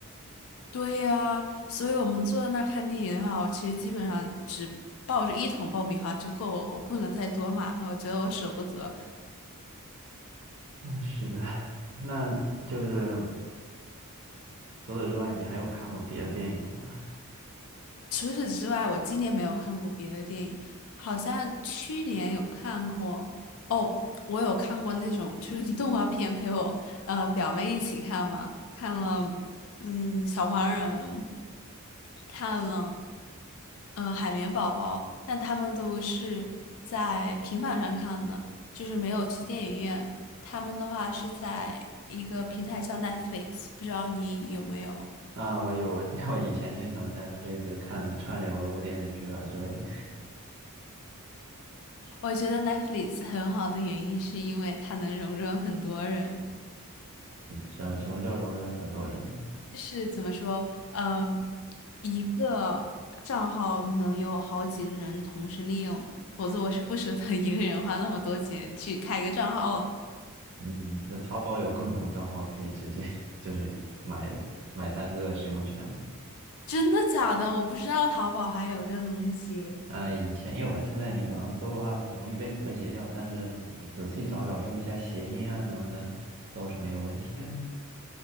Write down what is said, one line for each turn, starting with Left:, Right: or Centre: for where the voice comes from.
Left: 对呀，所以我们坐在那儿看电影的话，我其实基本上只抱着一桶爆米花就够了，我不能再多买了，我觉得我舍不得。
Right: 嗯，是的。<laughs> 那就是除此之外，你还有看过别的电影吗？
Left: 除此之外，我今年没有看过别的电影，好像去年有看过哦，我有看过那种就是 <laughs> 动画片，陪我呃表妹一起看嘛，看了嗯小黄人，看了嗯，海绵宝宝，但他们都是在平板上看的，就是没有去电影院。他们的话是在一个平台叫 Netflix，不知道你有没有？
Right: 啊，我有，我 <laughs> 我以前经常在 Netflix 看串流电视剧啊之类的。
Left: 我觉得 Netflix 很好的原因是因为它能容忍很多人，
Right: 什么什么叫容忍很多人？
Left: 就是怎么说，嗯、一个账号能有好几个人同时利用，否则我是不舍得一个人花那么多钱去开一个账号的。
Right: 嗯，是淘宝有共享账号可以直接 <laughs> 就是买买单个使用权。
Left: 真的假的？我不知道淘宝还有这东西。
Right: 呃，以前有啊，现在你可能搜的话很容易被和谐掉，但是你仔细找找，用一下谐音啊什么的，都是没有问题的。